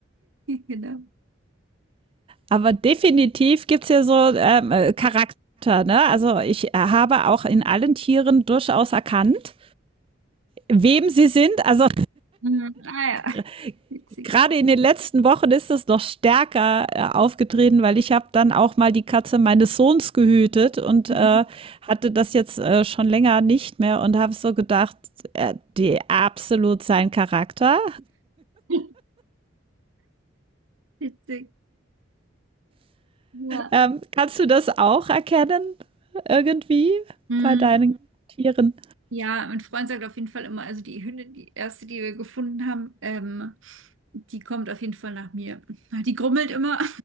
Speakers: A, on the right; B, on the right.
A: Genau.
B: Aber definitiv gibt's ja so ähm, äh, Charakter, ne? Also ich äh, habe auch in allen Tieren durchaus erkannt, wem sie sind. Also
A: Mhm. Ah ja,
B: <laughs>
A: witzig.
B: gerade in den letzten Wochen ist es noch stärker äh, aufgetreten, weil ich habe dann auch mal die Katze meines Sohns gehütet und
A: Mhm.
B: äh, hatte das jetzt äh, schon länger nicht mehr und habe so gedacht, äh, die absolut sein Charakter.
A: <laughs> Witzig. Ja.
B: Ähm, kannst du das auch erkennen? Irgendwie
A: Mhm.
B: bei deinen Tieren?
A: Ja, mein Freund sagt auf jeden Fall immer, also die Hündin, die erste, die wir gefunden haben, ähm, die kommt auf jeden Fall nach mir. <laughs> Die grummelt immer,